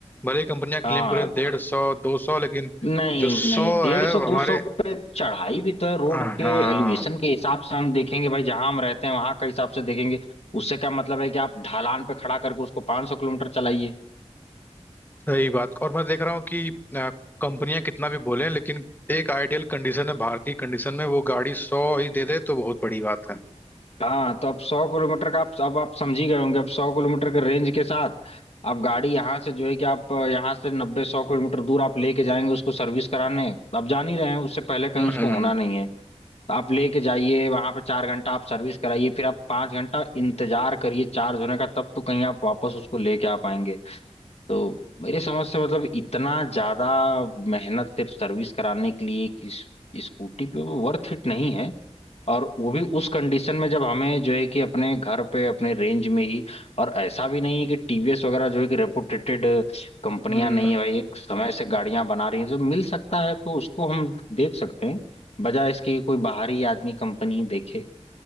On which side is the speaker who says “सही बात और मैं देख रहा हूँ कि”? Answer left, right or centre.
Left